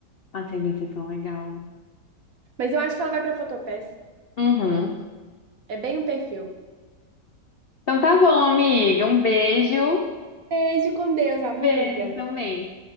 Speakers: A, on the left; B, on the right.
A: Atendente é tão legal.
B: Mas eu acho que ela vai pra Photopass.
A: Uhum.
B: É bem um perfil.
A: Então tá bom, amiga. Um beijo.
B: Beijo com Deus, amiga.
A: E beijo também.